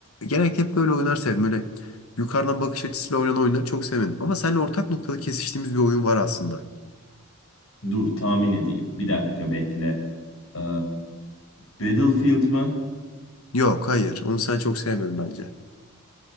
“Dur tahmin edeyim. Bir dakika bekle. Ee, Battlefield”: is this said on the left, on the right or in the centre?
Left